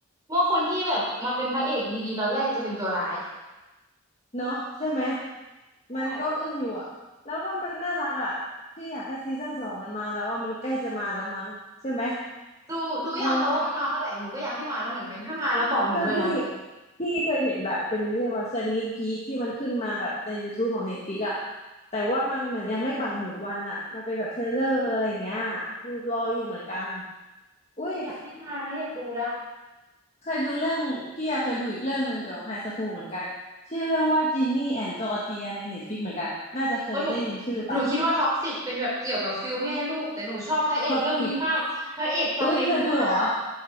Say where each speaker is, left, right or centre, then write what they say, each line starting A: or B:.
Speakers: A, on the right; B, on the left.
A: ว่าคนที่แบบมาเป็นพระเอกดีๆตอนแรกจะเป็นตัวร้าย
B: เนาะใช่ไหม
A: ใช่
B: มันก็อึ้งอยู่อะแล้วก็มันน่ารักอะพี่อยากให้ซีซั่นสองมันมาแล้วว่ามันใกล้จะมาแล้วมั้งใช่ไหม
A: ดูดูอย่างเขาว่ามันมาเมื่อไหร่หนูก็อยากให้มาแล้วเหมือนกันถ้ามาแล้วบอกหนูด้วยนะ
B: เน้องคือพี่พี่เคยเห็นแบบเป็นเรียกว่าสนี k พี k ที่มันขึ้นมาแบบใน YouTube ของ Netflix อะแต่ว่ามันเหมือนยังไม่ปักหมุดวันอะมันเป็นแบบเทรลเลอร์อะไรอย่างเงี้ยคือรออยู่เหมือนกันอุ้ย
A: หนูอยากให้มาแล้วอยากดูแล้ว
B: เคยดูเรื่องพี่อะเคยดูอีกเรื่องหนึ่งเกี่ยวกับไฮสคูลเหมือนกันชื่อเรื่องว่าจินนี่แอนจอร์เจียในเน็ตฟลิกเหมือนกันน่าจะเคยได้ยินชื่อปะ
A: เออหนูหนูคิดว่าท็อกซิกเป็นแบบเกี่ยวกับฟิลแม่ลูกแต่หนูชอบพระเอกเรื่องนี้มากพระเอกสเปคมาก
B: ท็อกซิกอุ้ยเธอดูเหรอ